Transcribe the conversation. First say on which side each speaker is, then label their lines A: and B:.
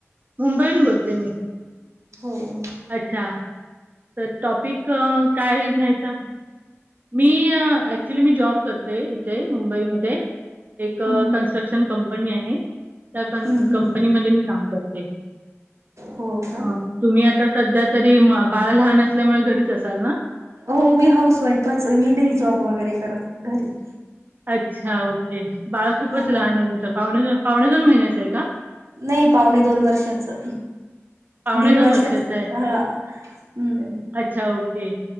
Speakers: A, on the right (about 40°); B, on the right (about 85°).
A: मुंबईहून बोलते मी.
B: हो हो.
A: अच्छा तर टॉपिक काय घ्यायचं. मी ऍक्च्युली मी जॉब करते इथे मुंबईमध्ये. एक
B: हम्म
A: कन्स्ट्रक्शन
B: हम्म
A: कंपनी आहे. त्या
B: हम्म
A: कंपनीमध्ये
B: हम्म
A: मी काम करते.
B: हो का.
A: हं. तुम्ही आता सध्या तरी बाळ लहान असल्यामुळे घरीच असाल ना.
B: हो मी हाऊस वाईफच मी नाही जॉब वगैरे करत घरीच.
A: अच्छा ओके बाळ खूपच
B: हा
A: लहान आहे तुमचं पावणे पावणे दोन महिन्याच आहे का.
B: नाही पाहणे दोन वर्षाचं.
A: पावणे
B: दीड वर्षाच
A: वर्षाचं आहे.
B: ह हम्.
A: अच्छा, ओके.